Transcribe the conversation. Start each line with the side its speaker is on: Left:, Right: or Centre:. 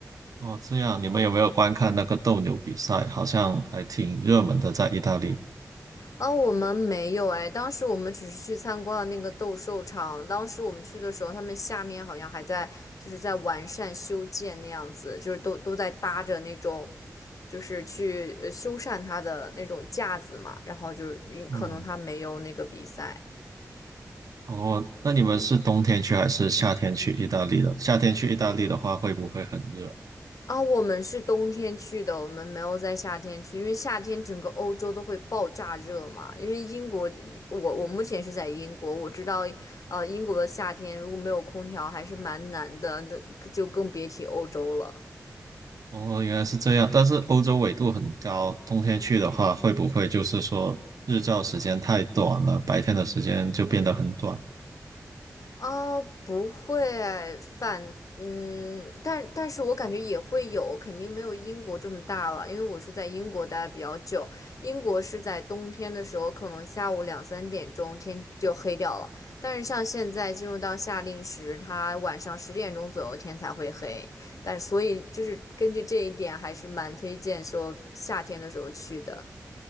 Right: 哦，这样，你们有没有观看那个斗牛比赛？好像还挺热门的，在意大利。
Left: 哦，我们没有哎，当时我们只是去参观了那个斗兽场。当时我们去的时候，他们下面好像还在就是在完善修建那样子，就是都都在搭着那种，就是去呃修缮它的那种架子嘛。然后就是嗯可能他没有那个比赛。
Right: 嗯，哦，那你们是冬天去还是夏天去意大利的？夏天去意大利的话，会不会很热？
Left: 啊，我们是冬天去的，我们没有在夏天去，因为夏天整个欧洲都会爆炸热嘛。因为英国，我我目前是在英国，我知道，呃，英国的夏天如果没有空调还是蛮难的，那就更别提欧洲了。
Right: 哦，原来是这样。但是欧洲纬度很高，冬天去的话，会不会就是说日照时间太短了，白天的时间就变得很短？
Left: 哦，不会反，嗯，但但是我感觉也会有，肯定没有英国这么大了，因为我是在英国待得比较久，英国是在冬天的时候，可能下午两三点钟天就黑掉了，但是像现在进入到夏令时，它晚上十点钟左右天才会黑，但所以就是根据这一点，还是蛮推荐说夏天的时候去的。